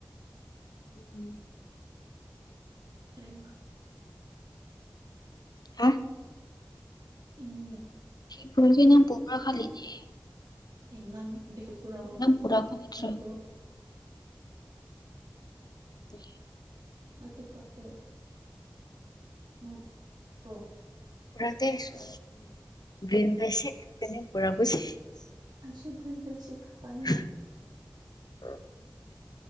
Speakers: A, on the left (about 65°); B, on the right (about 70°).
A: ꯎꯝ
B: ꯐꯔꯕ
A: ꯍꯥ
B: ꯏ
A: ꯁꯤ ꯐꯨꯔ ꯀꯀꯤ ꯅꯝ ꯄꯣꯒ꯭ꯔꯥ ꯈꯂꯅꯦ
B: ꯑꯦ ꯅꯡ <unintelligible>
A: ꯄꯨꯔꯛꯄ ꯅꯠꯇ꯭ꯔꯣ ꯎ
B: ꯃꯦ ꯄꯇꯕ ꯎꯝ ꯄ꯭ꯔꯣ
A: ꯄꯔ ꯇ ꯁ ꯦꯟ ꯄꯁꯦꯄ ꯄꯔꯥꯕꯨꯁ <unintelligible>
B: ꯑꯩꯁꯨ ꯒ꯭ꯔꯤꯟ ꯕꯦꯒꯁꯤ ꯈꯛꯇꯅꯤ